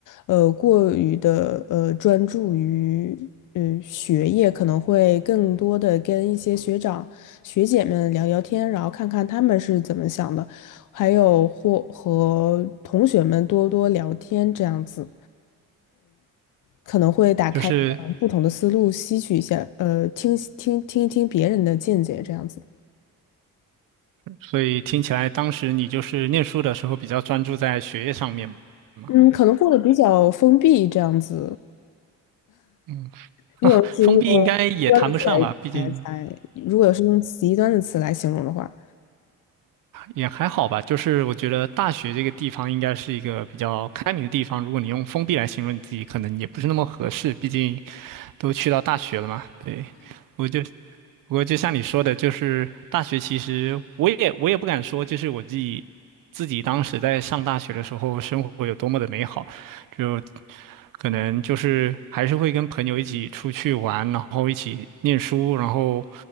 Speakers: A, on the left; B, on the right.
A: 呃，过于的呃专注于呃学业，可能会更多的跟一些学长学姐们聊聊天，然后看看他们是怎么想的。还有或和同学们多多聊天这样子，可能会打开你的不同的思路，
B: 就是
A: 吸取一下，呃，听听听一听别人的见解这样子。
B: 所以听起来当时你就是念书的时候比较专注在学业上面嘛，
A: 嗯，可能过得比较封闭这样子。
B: 嗯，
A: 如果是用极端的词来来来，
B: 封闭应该也谈不上吧，毕竟
A: 如果是用极端的词来形容的话，
B: 也还好吧。就是我觉得大学这个地方应该是一个比较开明的地方，如果你用封闭来形容你自己，可能也不是那么合适，毕竟都去到大学了嘛。对，我就不过就像你说的，就是大学其实我也我也不敢说，就是我自己自己当时在上大学的时候，生活有多么的美好，就可能就是还是会跟朋友一起出去玩，然后一起念书，然后